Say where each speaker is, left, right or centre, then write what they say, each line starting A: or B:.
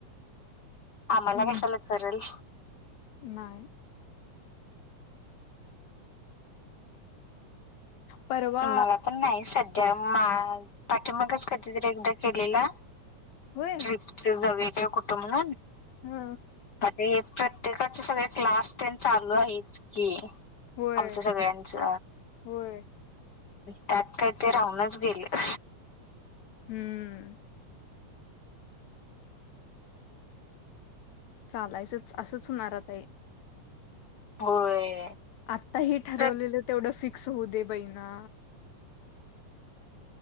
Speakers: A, on the left (about 50°); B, on the left (about 75°).
A: ह मलागे
B: हम्म
A: सलक बरल
B: नाही परवा
A: मला पण नाही स त्या पाठी मगच कधीतरी एकदा केलेला
B: होय
A: ट्रिप जाव कुठुंग
B: हा
A: आ प्रत्येकाचे सगळे क्लास टेन चालू आहेत की
B: होय
A: आमचं सगळ्यांचं
B: होय
A: त्यात काय ते राहूनच गेले
B: हम्म चालायचंच असंच होणारा आता हे
A: होय
B: आताही ठरवलेलं
A: प्रत-
B: तेवढं फिक् स हो दे बई ना